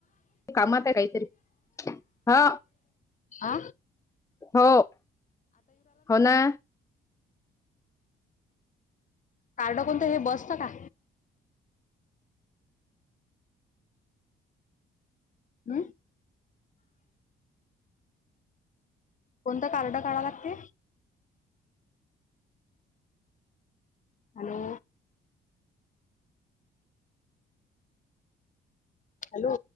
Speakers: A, on the left; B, on the left.
A: कामात आहे काहीतरी हा
B: आ
A: हो हो ना
B: कार्ड कोणत हे बसच का? हम्म. कोणतं कार्ड काढायला लागते? हॅलो. हॅलो.